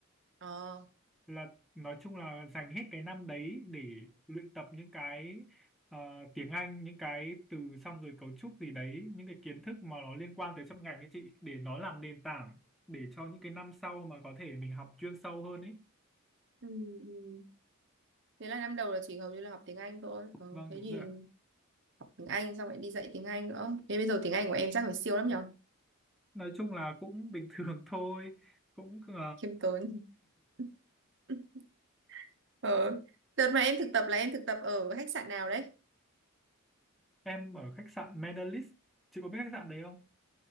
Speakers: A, on the right (about 55°); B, in the centre.
A: ờ
B: là nói chung là dành hết cái năm đấy để luyện tập những cái ờ, tiếng Anh những cái từ xong rồi cấu trúc gì đấy những cái kiến thức mà nó liên quan tới trong ngành ấy chị để nó làm nền tảng để cho những cái năm sau mà có thể mình học chuyên sâu hơn ấy
A: Ừ. ừ. thế là năm đầu là chỉ hầu như là học tiếng Anh thôi ờ,
B: vâng
A: thế
B: đúng
A: thì
B: rồi ạ
A: học tiếng Anh xong lại đi dạy tiếng Anh nữa thế bây giờ tiếng Anh của em chắc phải siêu lắm nhở
B: nói chung là cũng bình thường <laughs> thôi cũng ờ,
A: khiêm tốn <laughs> ờ đợt mà em thực tập là em thực tập ở khách sạn nào đấy
B: em ở khách sạn Medalist chị có biết khách sạn đấy không